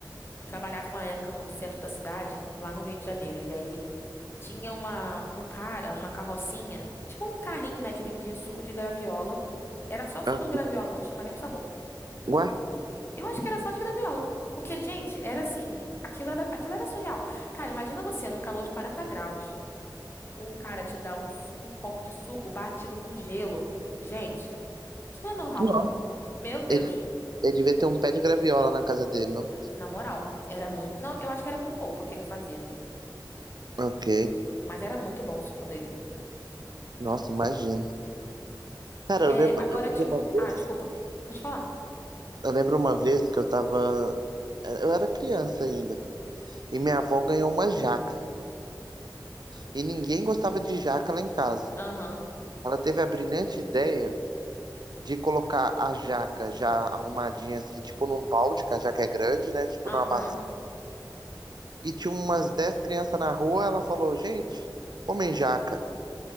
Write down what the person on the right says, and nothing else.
Uhum.
Ué?
Nossa.
Ele ele devia ter um pé de graviola na casa dele, não?
Ok.
Nossa, imagino. Cara, eu
lembro,
eu
lembro uma vez.
Eu lembro uma vez que eu tava. Eu era criança ainda. E minha avó ganhou uma jaca. E ninguém gostava de jaca lá em casa.
Ela teve a brilhante ideia de colocar a jaca já arrumadinha, assim, tipo num balde, que a jaca é grande, né? Tipo
numa bacia e tinha umas 10 crianças na rua. Ela falou: Gente, comem jaca.